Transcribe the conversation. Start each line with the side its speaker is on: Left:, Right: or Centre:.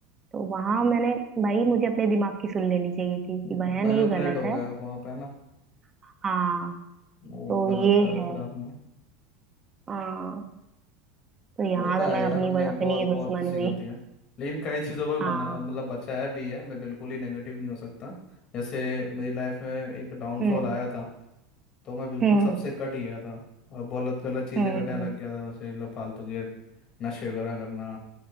Right: तो वहां मैंने भाई मुझे अपने दिमाग की सुन लेनी चाहिए थी कि
Left: हम्म,
Right: बहन
Left: मैनिपुलेट
Right: ये गलत
Left: हो
Right: है
Left: गया आप वहाँ पे ना
Right: हाँ
Left: वो
Right: तो
Left: गलत
Right: ये
Left: करा
Right: है
Left: फिर आपने
Right: हाँ तो यहाँ
Left: होता
Right: तो
Left: है
Right: मैं
Left: यार
Right: अपनी
Left: हमने
Right: अपनी
Left: बहुत
Right: ही
Left: बहुत
Right: दुश्मन
Left: सी
Right: हुई
Left: गलतियां लेकिन कई चीज़ों पर
Right: हाँ
Left: बना मतलब बचाया भी है मैं बिल्कुल ही नेगेटिव नहीं हो सकता जैसे मेरी लाइफ में एक डाउनफॉल
Right: हम्म
Left: आया था तो मैं बिल्कुल
Right: हम्म
Left: सबसे कट गया था और बहुत गलत चीज़ें
Right: हम्म
Left: करने लग गया था जैसे मतलब फालतू के नशे वगैरह करना